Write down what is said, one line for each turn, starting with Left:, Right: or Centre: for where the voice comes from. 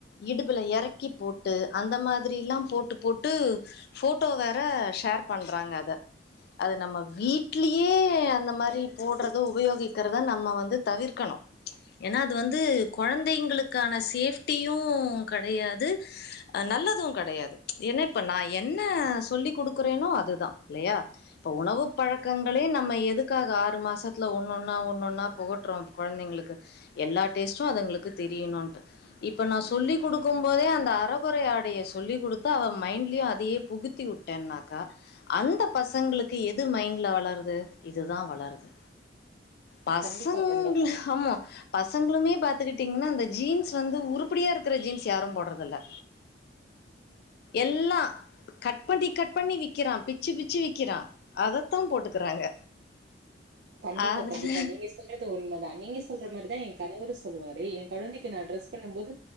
Left: இடுப்புல எறக்கி போட்டு அந்த மாதிரில்லா போட்டு போட்டு ஃபோட்டோ வேற ஷேர் பண்றாங்க அத அது நம்ம வீட்லியே அந்த மாரி போட்றது உபயோகிக்றத நம்ம வந்து தவிர்க்கணு ஏனா அது வந்து கொழந்தைங்களுக்கான சேஃப் ட்டியு கடையாது அ நல்லது கடையாது ஏனா இப்ப நா என்ன சொல்லி குடுக்குறேனோ அதுதா இல்லயா இப்ப உணவு பழக்கங்களே நம்ம எதுக்காக ஆறு மாசத்துல ஒன்னொன்னா ஒன்னொன்னா புகட்றோ கொழந்தைங்களுக்கு எல்லா டேஸ்ட்டு அதுங்களுக்கு தெரியணுன்ட்டு இப்ப நா சொல்லி குடுக்கும்போதே அந்த அர கொறை ஆடைய சொல்லி குடுத்து அவ மைண்ட்லியு அதே புகுத்தி வுட்டனாக்கா அந்த பசங்களுக்கு எது மைண்ட்ல வளருது இதுதா வளருது பசங்
Right: கண்டிப்பா கண்டிப்பா.
Left: குள ஆமா பசங்ளுமே பாத்துக்கிட்டிங்னா அந்த ஜீன்ஸ் வந்து உருப்படியா இருக்கிற ஜீன்ஸ் யாரும் போடுறது இல்லை எல்லாம் கட் பண்ணி கட் பண்ணி விக்கிறான் பிச்சு பிச்சு விக்கிறான் அதைத்தான் போட்டுக்கறாங்க
Right: கண்டிப்பா
Left: அதுல
Right: கண்டிப்பா நீங்க சொல்றது உண்மைதான் நீங்க சொல்ற மாதிரிதான் என் கணவரும் சொ சொல்லுவாரே என் குழந்தைக்கு நான் டிரெஸ் பண்ணும் போது